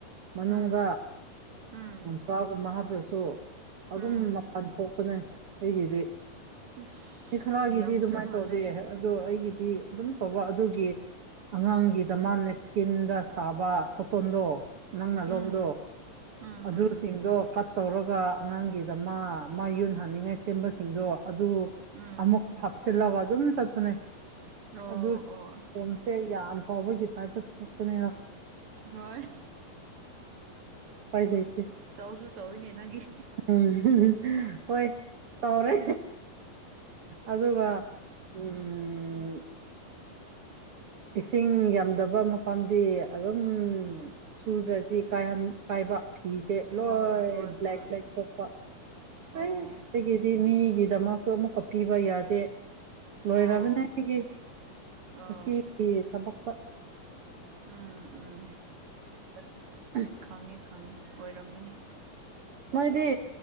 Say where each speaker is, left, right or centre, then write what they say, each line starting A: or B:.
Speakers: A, on the right; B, on the right.
A: ꯃꯅꯨꯡꯗ
B: ꯎꯝ ꯎꯝ
A: ꯕ꯭ꯔꯥꯒꯨꯝꯕ ꯍꯥꯞꯔꯁꯨ ꯑꯗꯨꯝ
B: ꯎꯝ
A: ꯃꯄꯥꯟ ꯊꯣꯛꯄꯅꯦ ꯑꯩꯒꯤꯗꯤ
B: ꯏꯁ
A: ꯃꯤ ꯈꯔꯒꯤꯗꯤ
B: ꯌꯥꯝꯈ꯭ꯔ
A: ꯑꯗꯨꯃꯥꯏꯅ
B: ꯃꯥꯜꯂꯦ
A: ꯇꯧꯗꯦ ꯑꯗꯣ ꯑꯩꯒꯤꯗꯤ ꯑꯗꯨꯝ ꯇꯧꯕ ꯑꯗꯨꯒꯤ ꯑꯉꯥꯡꯒꯤꯗꯃꯥ ꯅꯦꯞꯀꯤꯟꯗ ꯁꯥꯕ ꯀꯣꯇꯣꯟꯗꯣ ꯅꯪꯅ
B: ꯎꯝ
A: ꯂꯧꯕꯗꯣ
B: ꯎꯝ
A: ꯑꯗꯨꯁꯤꯡꯗꯣ
B: ꯎꯝ
A: ꯀꯠ ꯇꯧꯔꯒ ꯑꯉꯥꯡꯒꯤꯗꯃꯥ ꯃꯥ ꯌꯨꯟ ꯍꯥꯅꯤꯡꯉꯥꯏ ꯁꯦꯝꯕꯁꯤꯡꯗꯣ ꯑꯗꯨ
B: ꯎꯝ
A: ꯑꯃꯨꯛ ꯍꯥꯞꯆꯤꯜꯂꯒ ꯑꯗꯨꯝ ꯆꯠꯄꯅꯦ
B: ꯑꯣ
A: ꯑꯗꯨ
B: ꯑꯣ ꯑꯁ
A: ꯈꯣꯝꯁꯦ ꯌꯥꯝ ꯆꯥꯎꯕꯒꯤ ꯇꯥꯏꯞꯇ ꯊꯣꯛꯄꯅꯦꯅ
B: ꯍꯣꯏ
A: ꯎꯄꯥꯏ ꯂꯩꯇꯦ
B: ꯆꯥꯎꯁꯨ ꯆꯥꯎꯋꯤꯅꯦ ꯅꯪꯒꯤ
A: ꯎꯝ <unintelligible> ꯍꯣꯏ ꯆꯥꯎꯔꯦ ꯑꯗꯨꯒ ꯎꯝ ꯏꯁꯤꯡ ꯌꯥꯝꯗꯕ ꯃꯐꯝꯗꯤ ꯑꯗꯨꯝ ꯁꯨꯗ꯭ꯔꯗꯤ ꯀꯥꯏꯍꯟ ꯀꯥꯏꯕ ꯐꯤꯁꯦ ꯂꯣꯏ
B: ꯑꯣ ꯍꯣꯏ ꯍꯣꯏ
A: ꯕ꯭ꯂꯦꯛ ꯕ꯭ꯂꯦꯛ ꯊꯣꯛꯄ
B: ꯑꯣ
A: <unintelligible> ꯗꯤ ꯃꯤꯒꯤꯗꯃꯛꯁꯨ ꯑꯃꯨꯛꯀ ꯄꯤꯕ ꯌꯥꯗꯦ ꯂꯣꯏꯔꯕꯅꯦ
B: ꯑꯣ
A: ꯑꯩꯒꯤ
B: ꯑꯣ
A: ꯃꯁꯤꯒꯤ ꯊꯕꯛꯇ
B: ꯎꯝ ꯎꯝ
A: <inaudible>
B: ꯈꯪꯉꯦ ꯈꯪꯉꯦ ꯑꯣꯏꯔꯝꯒꯅꯤ
A: ꯃꯣꯏꯗꯤ